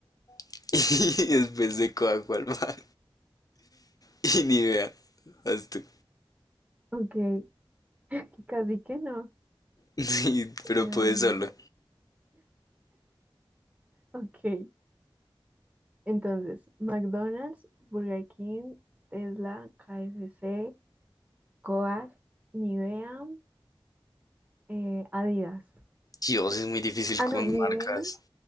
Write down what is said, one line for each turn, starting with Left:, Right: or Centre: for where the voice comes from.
Left: <laughs> Y después de coajo al mar. Y ni vea. Haz tú.
Right: ok, <laughs> casi que no.
Left: Sí,
Right: Em,
Left: pero puedes solo.
Right: ok, Entonces, McDonald's, Burger King, Tesla, KFC, Coag, Nivea, eh, Adidas.
Left: Dios, es muy difícil
Right: Ah,
Left: con
Right: no, Nivea.
Left: marcas.